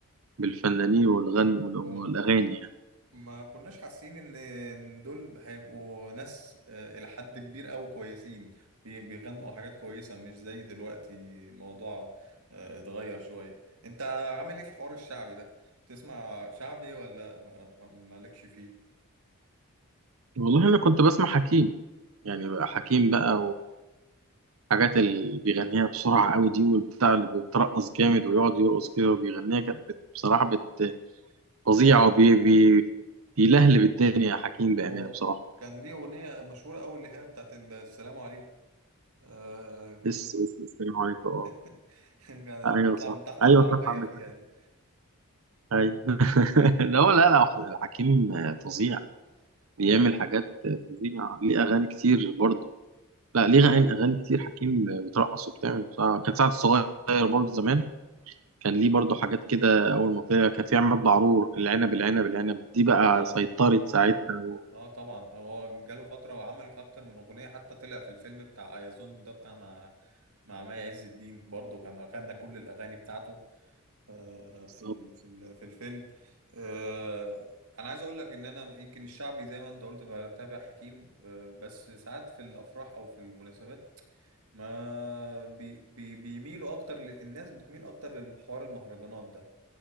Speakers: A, on the right; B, on the right.
A: بالفنانين والغن والاغاني
B: ما ك-
A: يعني
B: ما كناش حاسين ان إن دول هيبقوا ناس آه، الى حد كبير قوي كويسين بي- بيغنوا حاجات كويسه مش زي دلوقتي الموضوع آه، اتغير شويه انت عامل ايه في حوار الشعبي ده تسمع شعبي ولا آه، مالكش فيه
A: والله انا كنت بسمع حكيم يعني بقى حكيم بقى الحاجات اللي بيغنيها بسرعة قوي دي والبتاع اللي بيترقص جامد ويقعد يرقص كده وبيغنيها كانت بت- بصراحة بت- فظيعة وبي بي بيلهلب الدنيا يا حكيم بأمانة
B: هو
A: بصراحة
B: كان ليه أغنية مشهورة أوي اللي هي بتاعت السلام عليكم آه كنت
A: بس
B: ب...
A: بس السلام عليكم اه
B: <laughs> كان
A: ايوه
B: بيطلع
A: صح
B: من تحت
A: ايوه
B: العربية
A: صح عندك
B: فيها
A: حق.
B: دي
A: ايوه <laughs> لا هو لا لا حكيم فظيع
B: و...
A: بيعمل حاجات فظيعة ليه أغاني كتير برضه لا ليه
B: اه
A: أغاني أغاني كتير حكيم بترقص وبتعمل بصراحة. كان سعد الصغير برضه زمان كان ليه برضو حاجات كده اول ما طلع كان في عماد بعرور العنب العنب العنب دي بقى
B: اه
A: سيطرت ساعتها وكانت
B: آه، طبعا هو جاله فترة وعمل أكتر من أغنية حتى طلع في الفيلم بتاع أيازون ده بتاع مع مع مي عز الدين برضه كان أغنى كل الأغاني بتاعته آه،
A: بالظبط.
B: في ال- في ال- في الفيلم آه، انا عايز اقول لك ان انا يمكن الشعبي زي ما انت قلت بتابع حكيم آه، بس ساعات في الافراح او في المناسبات ما بي بي بيميلوا اكتر ل- الناس بتميل اكتر لحوار المهرجانات ده